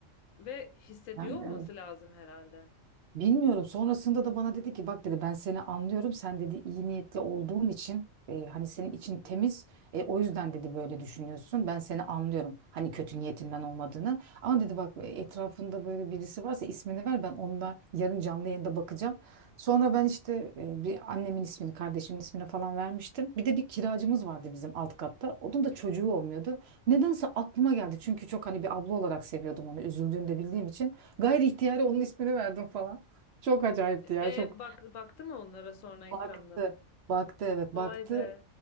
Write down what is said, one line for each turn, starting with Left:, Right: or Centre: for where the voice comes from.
Left: ve hissediyor
Right: yani
Left: olması lazım herhalde.
Right: Bilmiyorum. Sonrasında da bana dedi ki bak dedi ben seni anlıyorum. Sen dedi iyi niyetli olduğun için e, hani senin için temiz. E, o yüzden dedi böyle düşünüyorsun. Ben seni anlıyorum. Hani kötü niyetinden olmadığını. Ama dedi bak e, etrafında böyle birisi varsa ismini ver. Ben onunla yarın canlı yayında bakacağım. Sonra ben işte e, bir annemin ismini, kardeşimin ismini falan vermiştim. Bir de bir kiracımız vardı bizim alt katta. Onun da çocuğu olmuyordu. Nedense aklıma geldi. Çünkü çok hani bir abla olarak seviyordum onu. Üzüldüğünü de bildiğim için. Gayri ihtiyari onun ismini verdim falan. Çok acayipti
Left: E,
Right: ya
Left: e,
Right: çok.
Left: bak baktı mı onlara sonra ekranda?
Right: Baktı. Baktı evet
Left: Vay
Right: baktı.
Left: be.